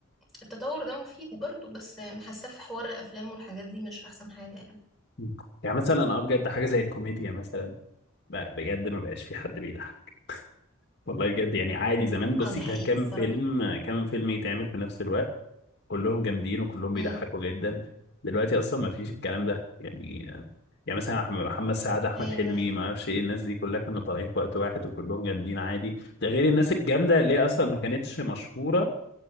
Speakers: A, in the centre; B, on the left.
A: التطور ده مفيد برضو بس حاسة في حوار الافلام والحاجات دي مش احسن حاجة يعني
B: مم. يعني مثلا اه بجد حاجة زي الكوميديا مثلا ب- بجد ما بقاش في حد بيضحك والله بجد يعني عادي زمان بصي
A: اه دي حقيقة
B: كان كام
A: الصراحة
B: فيلم كام فيلم يتعمل في نفس الوقت كلهم جامدين وكلهم بيضحكوا
A: امم
B: جدا دلوقتي اصلا ما فيش الكلام ده يعني يعني مثلا أح- محمد سعد احمد
A: ايوه
B: حلمي
A: ايوه
B: ما اعرفش ايه الناس دي كلها كانوا طالعين في وقت واحد وكلهم جامدين عادي ده غير الناس الجامده اللي هي اصلا ما كانتش مشهوره